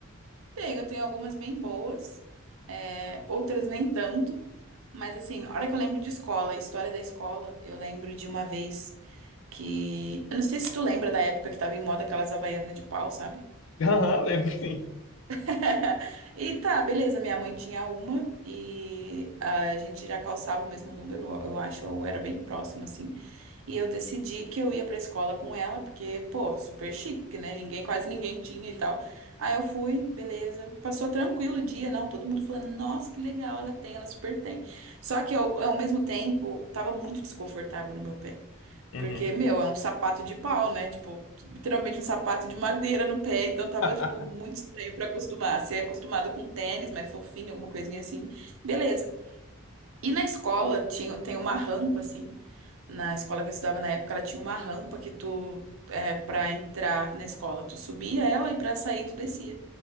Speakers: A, on the right (about 70°); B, on the left (about 65°).
A: Tem, eu tenho algumas bem boas, é, outras nem tanto. Mas assim, a hora que eu lembro de escola, história da escola, eu lembro de uma vez que. Eu não sei se tu lembra da época que tava em moda aquelas havaianas de pau, sabe?
B: <laughs> Aham, lembro sim.
A: <laughs> E tá, beleza. Minha mãe tinha uma e a gente já calçava o mesmo número, eu acho, ou era bem próximo, assim. E eu decidi que eu ia pra escola com ela, porque, pô, super chique, né? Ninguém, quase ninguém tinha e tal. Aí eu fui, beleza. Passou tranquilo o dia, não? Todo mundo falando, nossa, que legal, ela tem, ela super tem. Só que eu, ao mesmo tempo, tava muito desconfortável no meu pé.
B: Uhum.
A: Porque, meu, é um sapato de pau, né? Tipo, literalmente um sapato de madeira no pé. Então tava,
B: <laughs>
A: tipo, muito estranho pra acostumar. Se é acostumada com tênis, mais fofinho, alguma coisinha assim, beleza. E na escola tinha, tem uma rampa, assim. Na escola que eu estudava na época, ela tinha uma rampa que tu, é, pra entrar na escola, tu subia ela e pra sair tu descia.